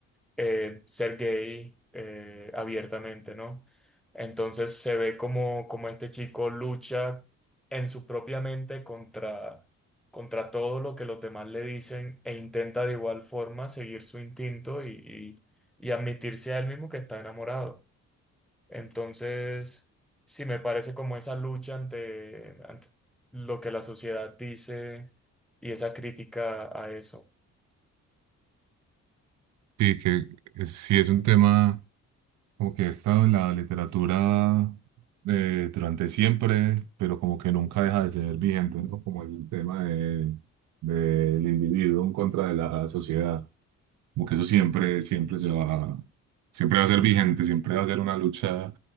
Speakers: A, in the centre; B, on the right.
A: eh, ser gay eh, abiertamente, ¿no? Entonces se ve como, como este chico lucha en su propia mente contra, contra todo lo que los demás le dicen e intenta de igual forma seguir su instinto y, y, y admitirse a él mismo que está enamorado. Entonces, sí me parece como esa lucha ante, ante lo que la sociedad dice y esa crítica a eso.
B: Sí, que es- sí es un tema como que ha estado en la literatura eh, durante siempre, pero como que nunca deja de ser vigente, ¿no? Como el tema de, del individuo en contra de la sociedad. Como que eso siempre, siempre se va, siempre va a ser vigente, siempre va a ser una lucha